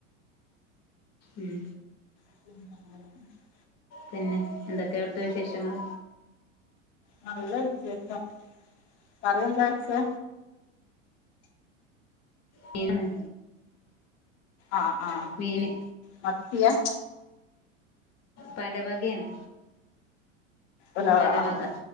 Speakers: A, on the left (about 40°); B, on the left (about 55°).
A: ഉം
B: <unintelligible>
A: തന്നെ എന്തൊക്കെ അവ്ടത്തെ വിശേഷങ്ങള്
B: നല്ല വിശേഷം കറി എന്താ വെച്ചേ?
A: മീനെന്നെ
B: ആ ആ
A: മീന്
B: മത്തിയാ
A: പലവകേണ്
B: ഉലവ
A: പലവക
B: ആഹ്